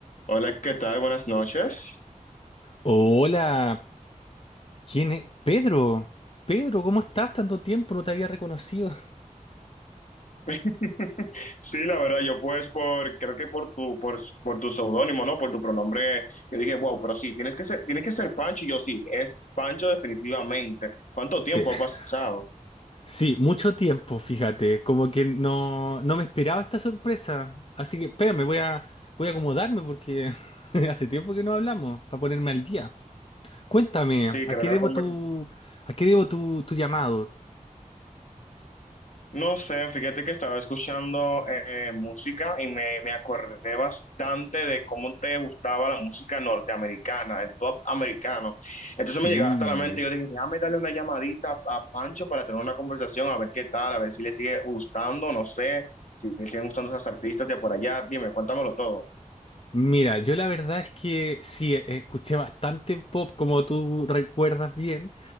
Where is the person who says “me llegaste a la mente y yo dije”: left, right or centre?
Left